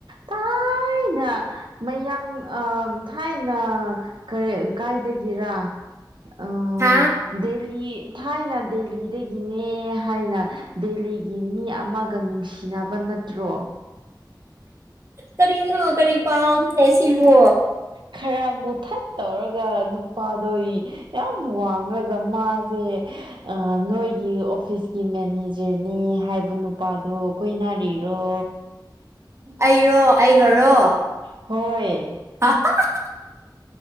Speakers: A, on the right; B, on the right.
A: ꯊꯥꯏꯅ꯫ ꯃꯌꯥꯡ ꯑꯥ ꯊꯥꯏꯅ ꯀꯔꯤ ꯀꯥꯏꯗꯒꯤꯔꯥ꯫ ꯑꯥ
B: ꯍꯥꯥ꯫
A: ꯗꯦꯜꯂꯤ ꯊꯥꯏꯅ ꯗꯦꯜꯂꯤꯗꯒꯤꯅꯦ ꯍꯥꯏꯅ ꯗꯦꯜꯂꯤꯒꯤ ꯃꯤ ꯑꯃ꯫ ꯑꯃꯒ ꯅꯨꯡꯁꯤꯅꯕ ꯅꯠꯇ꯭ꯔꯣ꯫
B: ꯀꯔꯤꯅꫭ ꯀꯔꯤ ꯄꯥꯎ ꯅꫭꯅ‌ꯦ ꯁꯤꯕꯨ꯫
A: ꯈꯔ ꯃꯨꯊꯠ ꯇꯧꯔꯒ ꯅꯨꯄꯥꯗꯣ꯫ ꯌꯥꯝ ꯋꯥꯡꯉꯒ ꯃꯥꯖꯦ꯫ ꯑꯥ ꯅꯣꯏꯒꯤ ꯑꯣꯐꯤꯁꯀꯤ ꯃꯦꯅꯦꯖꯔꯅꯤ ꯍꯥꯏꯕ ꯅꯨꯄꯥꯗꯣ ꯀꫭꯏꯅꯔꯤꯔꯣ
B: ꯑꯩꯔꯣ ꯑꯩꯒꯥꯔꯣ
A: ꯍꯣꯏ
B: <inaudible>